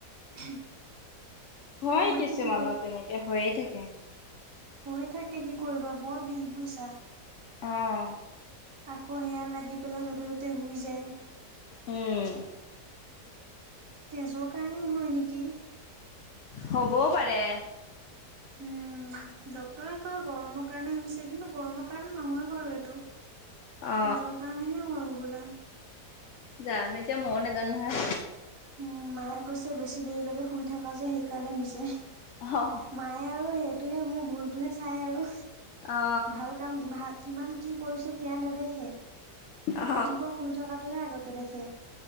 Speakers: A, on the right (about 55°); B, on the left (about 65°).
A: <inaudible>
B: হয়
A: বাকী
B: কিছুমানৰ
A: কি
B: তেনেকে হৈয়ে থাকে।
A: হৈ থাকে কি কৰিবা বৰ বিষ বুজিছা
B: আহ!
A: আকৌ সেয়া লাগি পেলাই য'তে ত'তে শুই যায়।
B: উম!
A: তেজৰ কাৰণেই হয় নেকি?
B: হবও পাৰে।
A: উম! ড্ক্তৰে কয় গৰমৰ কাৰণে হৈছে কিন্তু গৰমৰ কাৰণে নহয় বাৰু এইটো
B: অ
A: তেজৰ কাৰণেহে হোৱা হৈগোলা।
B: জানো এতিয়া ময়ো নোজানো নহয়।
A: উম মায়ে কৈছে বেছি দেৰিলৈকে শুই থাক যে সেইকাৰণে হৈছে
B: অ
A: মায়ে আৰু সেইটোহে মোৰ ভুলতহে চাই আৰু
B: অ
A: ভাল কাম ভাল। কিমান কি কৰিছো সেয়া নেদেখে
B: অ
A: ৰাতিপুৱা শুই থকাাতটোহে আগতে তেনেকে